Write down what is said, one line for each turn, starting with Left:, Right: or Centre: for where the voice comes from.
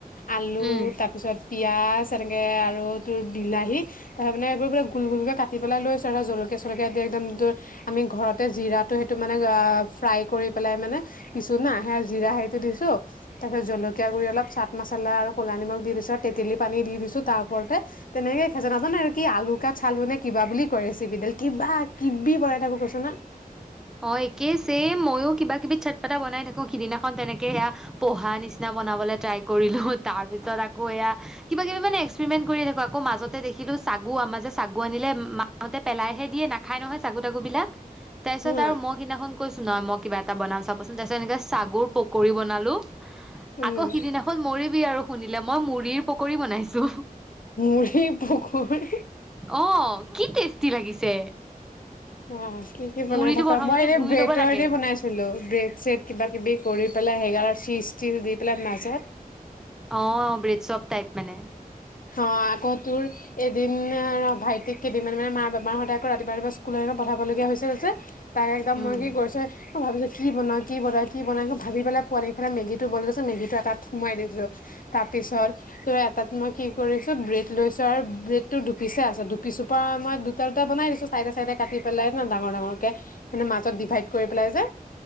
Left: আলু,
Centre: উম।
Left: তাৰপিছত পিঁয়াজ, এনেকৈ আৰু তোৰ বিলাহী তাৰ মানে এইবোৰ মানে গোল-গোলকৈ কাটি পেলাই লৈছোঁ আৰু ধৰ জলকীয়া-চলকীয়া দি একদম তেওঁৰ আমি ঘৰতে জিৰাটো সেইটো মানে ফ্ৰাই কৰি পেলাই মানে পিছু না, সেই জিৰা হেৰিটো দিছো তাৰপিছত জলকীয়াগুৰি অলপ, চাট-মচলা আৰু ক'লা নিমখ দি দিছো আৰু তেঁতেলী-পানী দি দিছো তাৰ ওপৰতে। তেনেকে খাইছ নাজানে আৰু কি আলু ক চালু নে কিবা বুলি কয় ৰেচিপিডাল কিবাকিবি বনাই থাকো কৈছোঁ না
Centre: অ' একেই চেম, মইও কিবাকিবি চটপাতা বনাই থাকো, সিদিনাখন তেনেকে সেয়া প'হা নিচিনা বনাবলে ট্ৰাই কৰিলো, তাৰপিছত আকৌ এয়া কিবাকিবি মানে এক্সপেৰিমেন্ট কৰি থাকো, আকৌ মাজতে দেখিলো চাগু আমা যে চাগু আনিলে মাহঁতে পেলাইহে দিয়ে নাখায় নহয় চাগু-তাগু বিলাক। তাৰ
Left: হা
Centre: ম সিদিনাখন কৈছো নহয় মই কিবা এটা বনাম চাবচোন, তাৰ পিছত এনেকে চাগুৰ পকৰি বনালো।
Left: উম
Centre: আকৌ সিদিনাখন মৰিবি আৰু- শুনিলে মই মুড়িৰ পকৰি বনাইছো।
Left: মুড়ি পকৰী
Centre: অ কি টেষ্টি লাগিছে।
Left: অ কি কি বনাই
Centre: মুড়িটো
Left: থাক,
Centre: প্ৰথমতে
Left: মই এ
Centre: ধুই
Left: ব্ৰেডৰ
Centre: ল'ব লাগে
Left: বনাইছিলো ব্ৰেড ছেড- কিবা কিবি কৰি পেলাই সেগাৰ ছিজটীজ দি পেলাই মাজত-
Centre: অ ব্ৰেড চব টাইপ মানে।
Left: অ আকৌ তোৰ এদিন ভাইটিক কেইদিনমান মানে মা বাপাৰ বেমাৰ হওতে আকৌ ৰাতিপুৱা ৰাতিপুৱা স্কুললৈ পঠাবলগীয়া হৈছিল যে, তাক একদম
Centre: উম
Left: মই কি কৰিছে। অ ভাবিছো কি বনাওঁ, কি বনাওঁ, কি বনাওঁ ভাবি পোৱা মেগীটো মেগীটো তাত সোমাই দিছো। তাৰ পিছত ত এটাত মই কি কৰিছো, ব্ৰেড লৈছো আৰু ব্ৰেড টো দুপিচ আছে। দুপিচৰ পৰা মই দুটা দুটা বনাই দিছো চাইডে চাইডে কাটি পেলাই ন ডাঙৰ ডাঙৰ কে মানে মাজত ডিভাইড কৰি পেলাই যে।